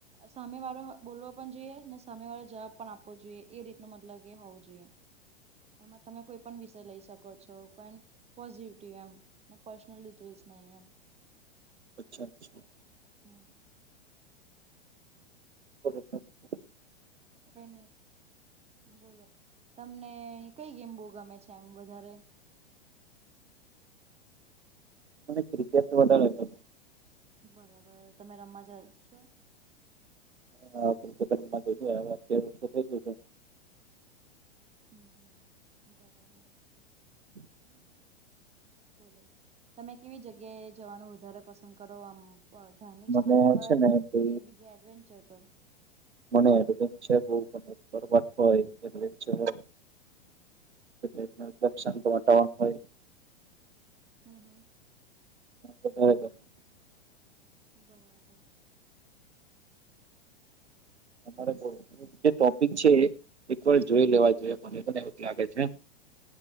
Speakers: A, on the right (about 20°); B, on the right (about 80°).
A: સામે વાળો બોલવો પણ જોઈએ ને સામે વાળો જવાબ પણ આપવો જોઈએ એ રીત ન મતલબ કે હોવો જોઈએ. એમાં તમે કોઈ પણ વિષય લઈ શકો છો પણ પોઝિટીવ એમ. ના પર્સનલ ડિટેલ્સ નઈ એમ.
B: અચ્છા અરછા.
A: હમ.
B: બ <inaudible>
A: કઈ નહી બોલો તમને કઈ ગેમ બોઉં ગમે છે આમ વધારે
B: મને ક્રિકેટ વધારે ગમ
A: બરાબર તમે રમવા જા અવ છો.
B: હા ક્રિકેટ જઈ ગયા અત્યારે ઓછું થઈ ગયું
A: હમ્મ હમ્મ બરાબર.
B: <inaudible>
A: બોલો તમે કેવી જગ્યાએ જવાનું વધારે પસંદ કરો આમ ધાર્મિક
B: મને
A: સ્થાન પર
B: છે ને તે
A: બીજા એડવેન્ચર પર
B: મને એડવેન્ચર બવ ગમે પર્વત હોય એડવેન્ચર હોય એટલે એકદમ શાંત વાતાવરણ હોય
A: હમ હમ.
B: હ <inaudible>
A: બરાબર.
B: તમારે જે ટોપિક છે એ એક વાર જોઈ લેવા જોઈએ મને પણ એવું જ લાગે છે.